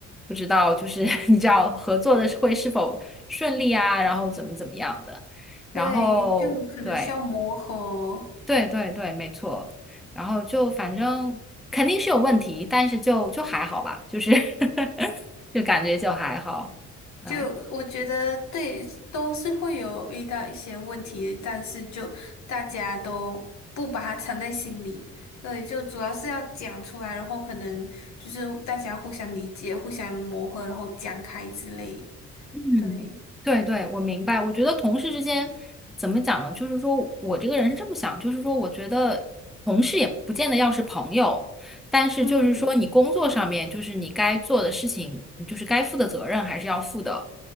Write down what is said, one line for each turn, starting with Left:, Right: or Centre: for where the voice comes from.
Centre: 不知道就是 <laughs> 你知道合作的会是否顺利啊，然后怎么怎么样的，然后对
Left: 对，就可能需要磨合。
Centre: 对对对，没错，然后就反正肯定是有问题，但是就就还好吧，就是 <laughs> 就感觉就还好，对，
Left: 就我觉得对，都是会有遇到一些问题的但是就大家都不把它藏在心里，对，就主要是要讲出来，然后可能就是大家互相理解、互相磨合，然后讲开之类，
Centre: 嗯，
Left: 对，
Centre: 对对，我明白。我觉得同事之间怎么讲呢？就是说我这个人是这么想，就是说我觉得同事也不见得要是朋友，但是就是说你工作上面就是你该做的事情，
Left: 嗯，
Centre: 就是该负的责任还是要负的。